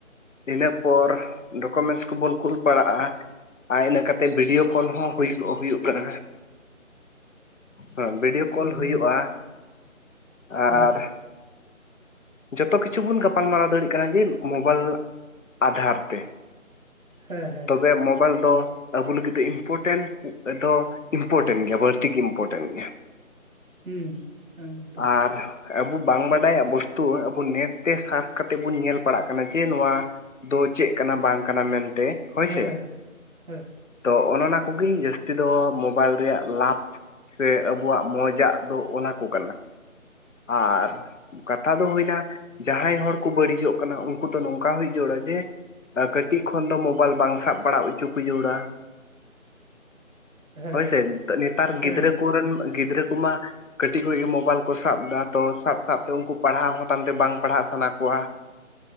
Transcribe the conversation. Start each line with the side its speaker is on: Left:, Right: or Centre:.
Left: ᱤᱱᱟᱹ ᱯᱚᱨ ᱰᱚᱠᱚᱢᱮᱱᱥ ᱠᱚᱵᱚᱱ ᱠᱩᱞ ᱯᱟᱲᱟᱜᱼᱟ ᱟᱨ ᱤᱱᱟᱹ ᱠᱟᱛᱮᱫ ᱵᱷᱤᱰᱭᱳ ᱠᱚᱞ ᱦᱚᱸ ᱦᱩᱭ ᱠᱚᱜ ᱦᱩᱭᱩᱜ ᱠᱟᱱᱟ ᱦᱮᱸ ᱵᱤᱰᱤᱭᱳ ᱠᱚᱞ
Right: ᱦᱩᱸ
Left: ᱦᱩᱭᱩᱜᱼᱟ ᱟᱨ
Right: ᱦᱮᱸ
Left: ᱡᱚᱛᱚ ᱠᱤᱪᱷᱩ ᱵᱚᱱ ᱜᱟᱯᱟᱞᱢᱟᱨᱟᱣ ᱫᱟᱲᱮᱭᱟᱜ ᱠᱟᱱᱟ ᱡᱮ ᱢᱳᱵᱟᱭᱤᱞ ᱟᱫᱷᱟᱨ ᱛᱮ
Right: ᱦᱮᱸ ᱦᱮᱸ
Left: ᱛᱚᱵᱮ ᱢᱳᱵᱟᱭᱤᱞ ᱫᱚ ᱟᱵᱚ ᱞᱟᱹᱜᱤᱫ ᱫᱚ ᱤᱢᱯᱚᱴᱮᱱᱴ ᱫᱚ ᱤᱢᱯᱚᱴᱮᱱ ᱜᱮᱭᱟ ᱵᱟᱹᱲᱛᱤ ᱜᱮ ᱤᱢᱯᱚᱴᱮᱱ ᱜᱮᱭᱟ
Right: ᱦᱩᱸ ᱮᱠᱫᱚᱢ
Left: ᱟᱨ ᱟᱵᱚ ᱵᱟᱝ ᱵᱟᱰᱟᱭᱟᱜ ᱵᱚᱥᱛᱩ ᱟᱵᱚ ᱱᱮᱴ ᱛᱮ ᱥᱟᱨᱪᱷ ᱠᱟᱛᱮᱫ ᱵᱚᱱ ᱧᱮᱞ ᱯᱟᱲᱟᱜ ᱠᱟᱱᱟ ᱡᱮ ᱱᱚᱣᱟ ᱫᱚ ᱪᱮᱫ ᱠᱟᱱᱟ ᱵᱟᱝ ᱠᱟᱱᱟ ᱢᱮᱱᱛᱮ ᱦᱳᱭᱥᱮ
Right: ᱦᱮᱸ ᱦᱮᱸ
Left: ᱛᱚ ᱚᱱᱮ ᱚᱱᱟ ᱠᱚᱜᱮ ᱡᱟᱹᱥᱛᱤ ᱫᱚ ᱢᱳᱵᱟᱭᱤᱞ ᱨᱮᱭᱟᱜ ᱞᱟᱵᱷ ᱥᱮ ᱟᱵᱚᱣᱟᱜ ᱢᱚᱡᱟᱜ ᱫᱚ ᱚᱱᱟ ᱠᱚ ᱠᱟᱱᱟ ᱟᱨ ᱠᱟᱛᱷᱟ ᱫᱚ ᱦᱩᱭᱱᱟ ᱡᱟᱦᱟᱸᱭ ᱦᱚᱲ ᱠᱚ ᱵᱟᱹᱲᱤᱡᱚᱜ ᱠᱟᱱᱟ ᱩᱱᱠᱩ ᱫᱚ ᱱᱚᱝᱠᱟ ᱦᱩᱭ ᱡᱟᱲᱩᱲᱟ ᱡᱮ ᱠᱟᱹᱴᱤᱡ ᱠᱷᱚᱱ ᱫᱚ ᱢᱳᱵᱟᱭᱤᱞ ᱵᱟᱝ ᱥᱟᱵ ᱵᱟᱲᱟ ᱚᱪᱚ ᱠᱚ ᱡᱟᱹᱨᱩᱨᱟ
Right: ᱦᱮᱸ
Left: ᱦᱳᱭᱥᱮ ᱱᱮᱛᱟᱨ
Right: ᱦᱮᱸ
Left: ᱜᱤᱫᱽᱨᱟᱹ ᱠᱚᱨᱮᱱ ᱜᱤᱫᱽᱨᱟᱹ ᱠᱚᱢᱟ ᱠᱟᱹᱴᱤᱡ ᱠᱷᱚᱡ ᱜᱮ ᱢᱳᱵᱟᱭᱤᱞ ᱠᱚ ᱥᱟᱵ ᱮᱫᱟ ᱛᱚ ᱥᱟᱵ ᱥᱟᱵ ᱛᱮ ᱩᱱᱠᱩ ᱯᱟᱲᱦᱟᱣ ᱦᱚᱸ ᱛᱟᱢᱛᱮ ᱵᱟᱝ ᱯᱟᱲᱦᱟᱜ ᱥᱟᱱᱟ ᱠᱚᱣᱟ